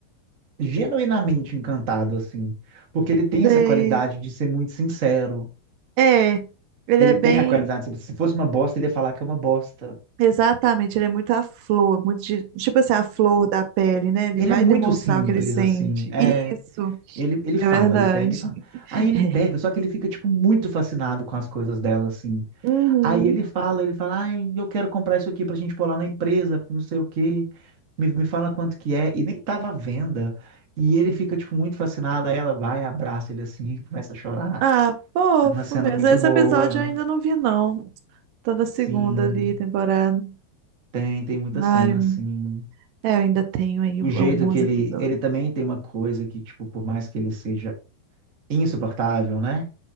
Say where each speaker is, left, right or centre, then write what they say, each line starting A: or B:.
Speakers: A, on the right; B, on the right.
A: genuinamente encantado, assim. Porque ele tem
B: sei.
A: essa qualidade de ser muito sincero.
B: É, ele
A: Ele
B: é bem.
A: tem a qualidade, se fosse uma bosta, ele ia falar que é uma bosta.
B: Exatamente, ele é muito a flor, muito de- tipo assim, a flor da pele, né? Ele
A: Ele
B: vai
A: é muito
B: demonstrar
A: simples,
B: o que ele sente.
A: assim. É,
B: Isso,
A: ele, ele fala,
B: é verdade.
A: ele pega e fala. Aí ele
B: <laughs>
A: pega, só que ele fica, tipo, muito fascinado com as coisas dela, assim.
B: Uhum.
A: Aí ele fala, ele fala, ai, eu quero comprar isso aqui pra gente pôr lá na empresa, não sei o quê. Me, me fala quanto que é. E nem tava à venda. E ele fica, tipo, muito fascinado. Aí ela vai, abraça ele, assim, começa a chorar.
B: Ah, fofo
A: É uma cena
B: mesmo.
A: muito
B: Esse
A: boa.
B: episódio eu ainda não vi, não. Tô na segunda
A: Sim,
B: ali, temporada.
A: tem, tem muita cena,
B: Ai,
A: assim.
B: é, eu ainda tenho aí
A: O
B: alguns
A: jeito que ele,
B: episódios.
A: ele também tem uma coisa que, tipo, por mais que ele seja insuportável, né?